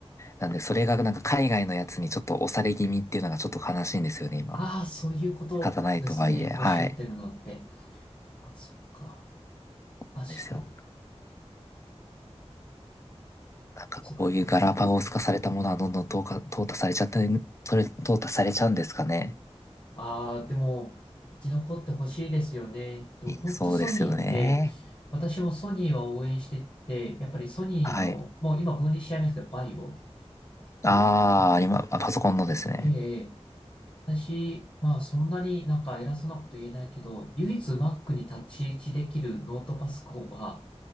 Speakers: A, on the left (about 25°); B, on the left (about 50°).
A: なんで、それがなんか海外のやつにちょっと押され気味っていうのがちょっと悲しいんですよね、今。
B: ああ、そういうことですね。
A: 仕方ないとはいえ、はい。
B: おっしゃってるのって。ああ、そっか。
A: なんですよ。
B: 確かに。
A: なんかこういうガラパゴス化されたものはどんどん淘汰、
B: そっか。うん。
A: 淘汰されちゃって、それ、淘汰されちゃうんですかね。
B: ああ、でも、生き残ってほしいですよね。でも、
A: いそうですよね。
B: 本当ソニーって、私もソニーは応援してて、やっぱりソニーの、
A: はい。
B: もう今分離しちゃいますけど、バイオ。あの、
A: ああ、
B: ね、
A: 今、あパソコンのですね。
B: ええ、私、まあ、そんなになんか偉そうなこと言えないけど、唯一 Mac に立ち位置できるノートパソコンは、